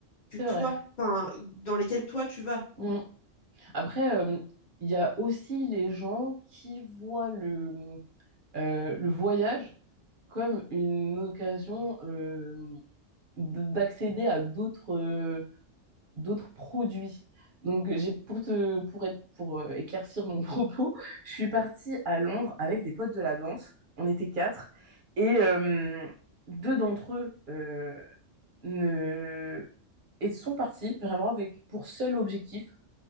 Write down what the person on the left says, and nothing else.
que
toi,
enfin, dans lesquels toi tu vas.